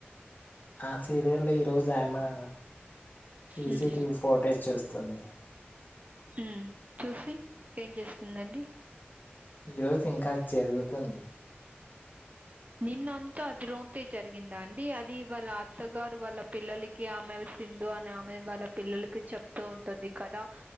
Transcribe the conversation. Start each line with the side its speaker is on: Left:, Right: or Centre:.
Left: ఆ సీరియల్లో ఈరోజు ఆయమ్మా సీసిటివీ
Right: ఉమ్,
Left: ఫోటేజ్ చూస్తుంది.
Right: ఊ చూశి ఏం చేస్తుందండి.
Left: ఈ రోజు ఇంకా అ జరుగుతుంది
Right: నిన్నంతా అది రోంతే జరిగిందా అండీ అది వాళ్ళా అత్తగారు వాళ్ళ పిల్లలిక్ కీ ఆమె సింధు అనే ఆమె వాళ్ళ పిల్లలకి చెప్తూ ఉంటుంది కదా.